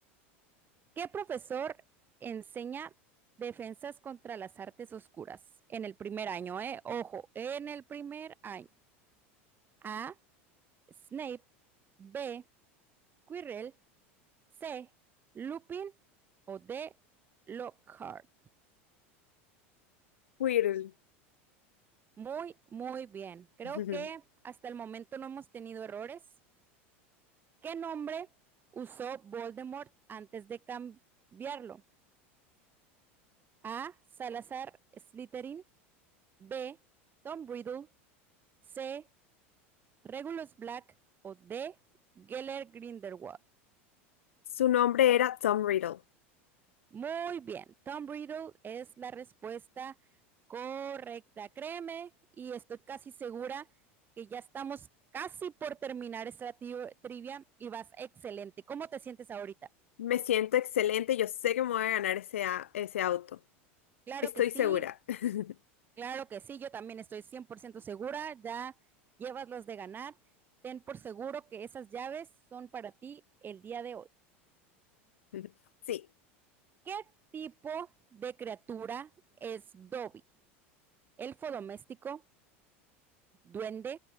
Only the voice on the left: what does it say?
Quirrell.
Ujú.
Su nombre era Tom Riddle.
Me siento excelente, yo sé que me voy a ganar ese, a- ese auto.
Estoy
segura. <laughs>
<laughs> Sí,